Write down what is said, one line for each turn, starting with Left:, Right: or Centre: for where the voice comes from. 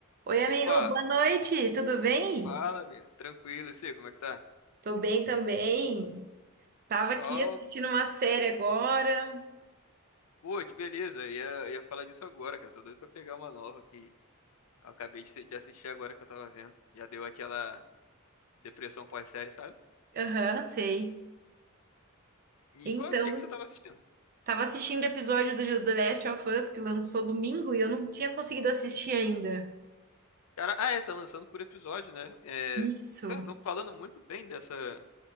Right: Oi, amigo,
Left: Opa,
Right: boa noite, tudo bem?
Left: fala, amigo. Tranquilo, e você, como é que tá?
Right: Tô bem também. Tava aqui
Left: Só,
Right: assistindo uma série agora.
Left: pô, que beleza. Ia, ia falar disso agora, cara. Tô doido pra pegar uma nova que eu acabei de, de assistir agora que eu tava vendo. Já deu aquela depressão pós-série, sabe?
Right: Aham, sei.
Left: E
Right: Então,
Left: qual, o que que você tava assistindo?
Right: tava assistindo o episódio do The Last of Us que lançou domingo e eu não tinha conseguido assistir ainda.
Left: Cara, ah, é, tá lançando por episódio, né? É,
Right: Isso.
Left: cara, estão falando muito bem dessa,